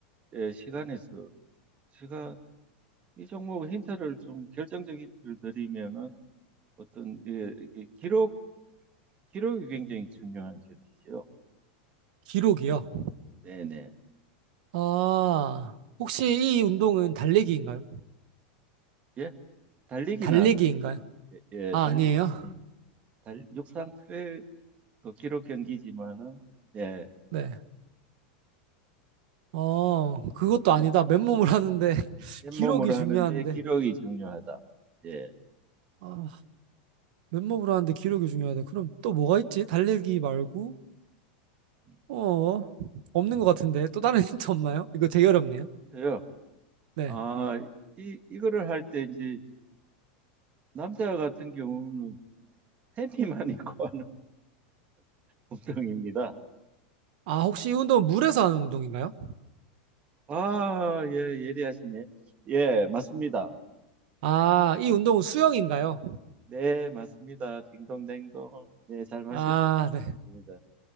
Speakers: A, on the right; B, on the right.
A: 예, 시간에서 제가 이 종목 힌트를 좀 결정적인 힌트를 드리면은 어떤 예, 이게 기록 기록이 굉장히 중요한 경기죠.
B: 기록이요.
A: 네네.
B: 아, 혹시 이 운동은 달리기인가요?
A: 예, 달리기는
B: 달리기인가요?
A: 아닙니다. 예, 예,
B: 아,
A: 달리기
B: 아니에요?
A: 달 육상 트랙 그 기록 경기지만은 예,
B: 네. 어, 그것도
A: 기록
B: 아니다. 맨몸을 하는데, <laughs>
A: 맨몸으로
B: 기록이 중요한데.
A: 하는데 기록이 중요하다. 예,
B: 아, 맨몸으로 하는데 기록이 중요하다. 그럼 또 뭐가 있지? 달리기 말고?
A: 음,
B: 어, 없는 것 같은데. 또 다른 <laughs> 힌트 없나요? 이거 되게 어렵네요.
A: 힌트요.
B: 네.
A: 아, 이 이거를 할 때 이제 남자 같은 경우는 팬티만 <laughs> 입고 하는 운동입니다.
B: 아, 혹시 이 운동은 물에서 하는 운동인가요?
A: 아, 예, 예리하시네. 예, 맞습니다.
B: 아, 이 운동은 수영인가요?
A: 네, 맞습니다. 딩동댕동. 예, 잘 맞추셨습니다.
B: 아, 네.